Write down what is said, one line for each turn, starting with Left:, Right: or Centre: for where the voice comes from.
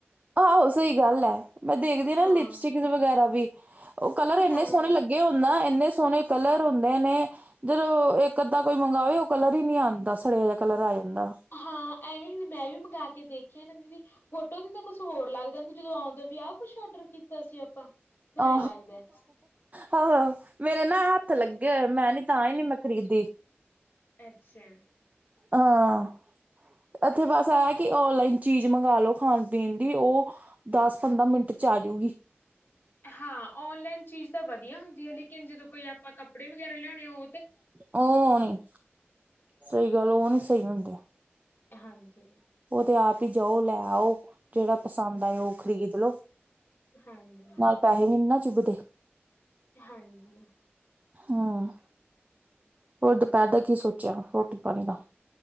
Right: ਆਹੋ ਸਹੀ ਗੱਲ ਹੈ। ਮੈਂ ਦੇਖਦੀ ਨਾ
Left: ਹਾਂ
Right: ਲਿਪਸਟਿਕ ਵਗੈਰਾ ਵੀ। ਉਹ ਕਲਰ ਇੰਨੇ
Left: ਹਾਂ
Right: ਸੋਹਣੇ ਲੱਗੇ ਹੁੰਦਾ ਇੰਨੇ ਸੋਹਣੇ ਕਲਰ ਹੁੰਦੇ ਨੇ। ਜਦੋਂ ਇੱਕ ਅੱਧਾ ਕੋਈ ਮੰਗਵੇ ਉਹ ਕਲਰ ਹੀ ਨਹੀਂ ਆਉਂਦਾ ਸੜਿਆ ਜਹਾ ਕਲਰ ਆ ਜਾਂਦਾ।
Left: ਹਾਂ ਐਵੇਂ ਮੈਂ ਵੀ ਮੰਗ ਕੇ ਦੇਖਿਆ ਨਾ ਦੀਦੀ ਫੋਟੋ ਤੇ ਤਾਂ ਕੁਛ ਹੋਰ ਲੱਗਦਾ ਜਦੋਂ ਆਉਂਦਾ ਵੀ ਆਹ ਕੁਛ ਆਰਡਰ ਕੀਤਾ ਸੀ ਆਪਾਂ। ਫਿਰ
Right: ਆੋ
Left: ਐਂ ਲੱਗਦਾ।
Right: ਆਹੋਹੋ ਮੇਰੇ ਨਾ ਹੱਥ ਲੱਗੇ ਹੋ ਮੈਂ ਨੀ ਤਾਂ ਹੀ ਨੀ ਮੈਂ ਖਰੀਦੀ।
Left: ਅੱਛਾ।
Right: ਹਾਂ। ਇੱਥੇ ਬਸ ਆ ਕਿ ਔਨਲਾਈਨ ਚੀਜ਼ ਮੰਗਵਾ ਲਿਆ ਲੋ ਖਾਣ ਪੀਣ ਦੀ ਉਹ ਦਸ ਪੰਦਰਾਂ ਮਿੰਟ ਚ ਆਜਊਗੀ।
Left: ਹਾਂ ਔਨਲਾਈਨ ਚੀਜ਼ ਤਾਂ ਵਧੀਆ ਹੁੰਦੀ ਹੈ ਲੇਕਿਨ ਜਦੋਂ ਕੋਈ ਆਪਾਂ ਕੱਪੜੇ ਵਗੈਰਾ ਲਿਆਉਣੇ ਓ
Right: ਉਹ ਨਹੀਂ ਸਹੀ ਗੱਲ ਉਹ ਨੀ ਸਹੀ ਹੁੰਦੀ।
Left: ਹਾਂਜੀ।
Right: ਉਹ ਤੇ ਆਪ ਹੀ ਜਾਓ ਲੈ ਆਓ। ਜਿਹੜਾ ਪਸੰਦ ਆਏ
Left: ਹਾਂ,
Right: ਉਹ ਖ਼ਰੀਦ ਲੋੋ
Left: ਹਾਂਜੀ।
Right: ਨਾਲ। ਪੈਸੇ ਵੀ ਨਹੀਂ ਨਾ ਚੁੱਭਦੇ।
Left: ਹਾਂਜੀ।
Right: ਹਮ ਹੋਰ ਦੁਪਹਿਰ ਦਾ ਕੀ ਸੋਚਿਆ ਰੋਟੀ ਪਾਣੀ ਦਾ।